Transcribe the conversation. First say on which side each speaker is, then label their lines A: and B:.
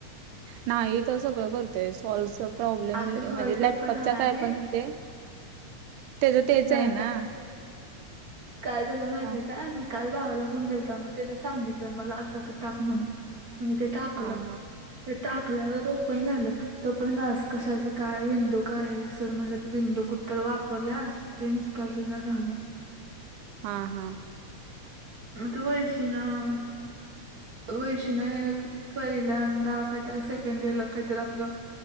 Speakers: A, on the right; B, on the right.
A: नाही तो सगळं करतोय सोल्व्हच प्रॉब्लेम
B: अगं होय
A: म्हणजे
B: ते
A: लॅपटॉपचा
B: पण हाय
A: काय
B: आणि
A: पण होऊन देन
B: <unintelligible>
A: त्याच त्याच
B: नाही
A: आहे ना.
B: काय काय झालं माहित
A: हा
B: आहे का? काल भावाला फोन केलता मग त्याने सांगितलंन मला असं-असं टाक म्हणून मी ते टाकलं.
A: हा
B: ते टाकल्यावर ओपन झालं तोपर्यंत असं कशाचं काय विंडो काय सर म्हटलं विंडो कुठं ते वापरल्यास ते इन्स्टॉल होईना झालं.
A: हां हां
B: त्या वैष्णवी न. वैष्णवी न पहिल्यांदा काहीतरी सेकंड इयरला काहीतरी आपलं